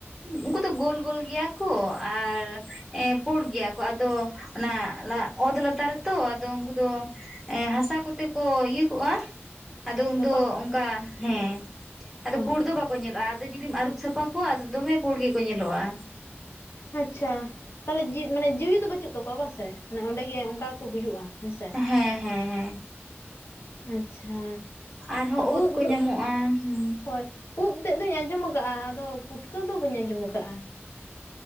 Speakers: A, in the centre; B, on the left (about 70°).
A: ᱩᱱᱠᱩ ᱫᱚ ᱜᱳᱞ ᱜᱳᱞ ᱜᱮᱭᱟ ᱠᱚ ᱟᱨ ᱯᱩᱲ ᱜᱮᱭᱟ ᱠᱚ ᱟᱫᱚ ᱚᱱᱟ ᱚᱛ ᱞᱟᱹᱨ ᱨᱮ ᱛᱚ ᱟ ᱟᱫᱚ ᱩᱱᱠᱩ ᱫᱚ ᱮ ᱦᱟᱥᱟ ᱠᱚᱛᱮ ᱠᱚ ᱤᱭᱟᱹ ᱠᱚᱜᱼᱟ ᱟᱫᱚ ᱩᱱᱫᱚ
B: ᱫᱟᱯᱟᱞ
A: ᱚᱱᱠᱟ ᱦᱮᱸ ᱟᱫᱚ
B: ᱚ
A: ᱯᱩᱲ ᱫᱚ ᱵᱟᱠᱚ ᱧᱮᱞᱚᱜᱼᱟ ᱟᱫᱚ ᱡᱩᱫᱤᱢ ᱟᱹᱨᱩᱵ ᱥᱟᱯᱷᱟ ᱠᱚᱣᱟ ᱟᱫᱚ ᱫᱚᱢᱮ ᱯᱟᱹᱲ ᱜᱮᱠᱚ ᱧᱮᱞᱚᱜᱼᱟ
B: ᱟᱪᱪᱷᱟ ᱛᱟᱦᱞᱮᱤ ᱢᱟᱱᱮ ᱡᱤᱣᱤ ᱫᱚ ᱵᱟᱹᱪᱩᱜ ᱛᱟᱠᱚᱣᱟ ᱵᱟᱝᱥᱮ ᱚᱱᱰᱮᱜᱮ ᱚᱱᱠᱟ ᱠᱚ ᱦᱩᱭᱩᱜᱼᱟ ᱦᱮᱸᱥᱮ
A: ᱦᱮᱸ ᱦᱮᱸ ᱦᱮᱸ
B: ᱟᱪᱪᱷᱟ
A: ᱟᱨᱦᱚᱸ
B: ᱩᱫ
A: ᱠᱚ ᱧᱟᱢᱚᱜᱼᱟ ᱦᱮᱸ
B: ᱦᱳᱭ ᱩᱫ ᱛᱮᱫ ᱫᱚᱧ ᱟᱸᱡᱚᱢ ᱟᱠᱟᱜᱼᱟ ᱟᱫᱚ ᱯᱩᱴᱠᱟᱹ ᱫᱚ ᱵᱟᱹᱧ ᱟᱸᱡᱚᱢ ᱟᱠᱟ